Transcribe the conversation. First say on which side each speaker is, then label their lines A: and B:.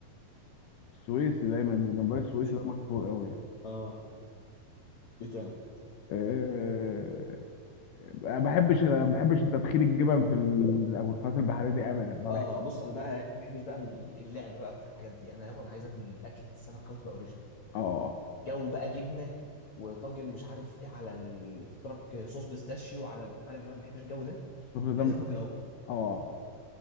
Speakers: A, on the left; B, on the left.
A: السويسي دايما الجمبري السويسي
B: مش
A: ده
B: عارف.
A: مشهور قوي يعني
B: اه ايه تاني
A: آه ما بحبش ما بحبش تدخين الجبن في ال- القنوات البحريه دي ابدا ما
B: اه
A: بحبش
B: بص انا بقى ما بحبش بقى اللعب بقى بتاع الحاجات دي انا يابا انا عايز اكل اكل السمك كده تبقى اوريجينال
A: اه
B: جو بقى جبنه وطاجن مش عارف ايه على ال... اختراق صوص بيستاشيو على ال- عارف انا ما بحبش الجو ده
A: الشغل
B: انا
A: ده
B: عايز
A: مش
B: اكل كده اهو
A: اه